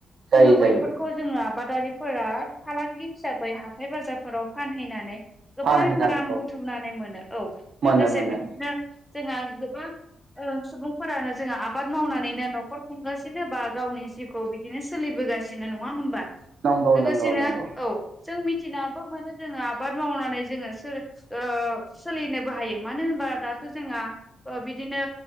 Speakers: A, on the right; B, in the centre.
A: जायो
B: जोङो बैफोरखौ
A: जायो
B: जोङो आबाद दारिफोरा फालांगि हिसाबै हाथाय बाजारफोराव फानहैनानै गोबां
A: फानहैनांगौ
B: रां बुथुमनानै मोनो औ
A: मोनो
B: लोगोसे
A: मोनो
B: बिदिनो जोंहा गोबां ओ सुबुंफोरानो जोङो आबाद मावनानैनो न नखर खुंगासिनो बा गावनि जिउखौ बिदिनो सोलिबोगासिनो नङा होम्बा
A: नंगौ
B: लोगोसेनो
A: नंगौ नंगौ
B: औ जों मि थिनाबो मोनो जोङो आबाद मावनानै जोङो सो ओ सोलिनोबो हायो मानो होनबा दा थ जोंहा बिदिनो